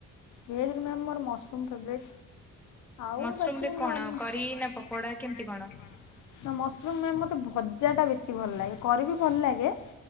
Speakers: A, on the left (about 80°); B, in the centre.
A: ଭେଜରେ ମ୍ୟାମ୍ ମୋର ମସରୁମ୍ ଫେବରାଇଟ୍। ଆଉ
B: ମସରୁମ
A: ବାକି
B: ରେ
A: ନନ୍
B: କଣ
A: ନା
B: କରି ନା ପକୋଡା କେମିତି କଣ?
A: ମସରୁମ ମ୍ୟାମ ମତେ ଭଜା ଟା ବେଶୀ ଭଲ ଲାଗେ। କରିବି ଭଲ ଲାଗେ।